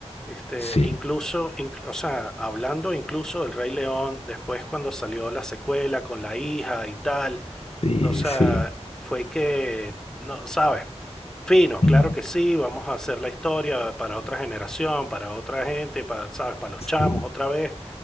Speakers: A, in the centre; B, on the left.
A: Este,
B: sí,
A: incluso, inc- o sea, hablando incluso del Rey León, después cuando salió la secuela con la hija y tal,
B: Sí,
A: o sea,
B: sí.
A: fue que, no, ¿sabes? Fino,
B: mm,
A: claro que sí, vamos a hacer la historia para otra generación, para otra gente, para, ¿sabes? Para los
B: sí.
A: chamos otra vez,